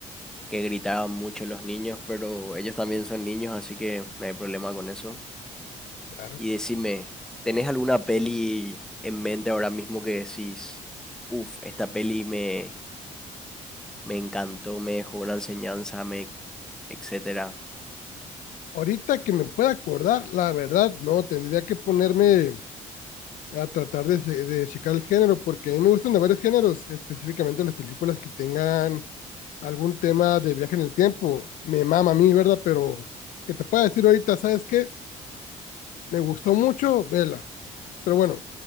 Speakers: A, in the centre; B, on the left.
A: que gritaban mucho los niños, pero ellos también son niños, así que no hay problema con eso.
B: <laughs>
A: Y decime, ¿tenés alguna peli en mente ahora mismo que decís, uff, esta peli me, me encantó, me dejó una enseñanza, me, etcétera?
B: Ahorita que me pueda acordar, la verdad, no, tendría que ponerme a tratar de, se- de checar el género, porque a mí me gustan de varios géneros, específicamente las películas que tengan algún tema de viaje en el tiempo. Me mama a mí, ¿verdad? Pero que te pueda decir ahorita, ¿sabes qué? Me gustó mucho, vela. Pero bueno,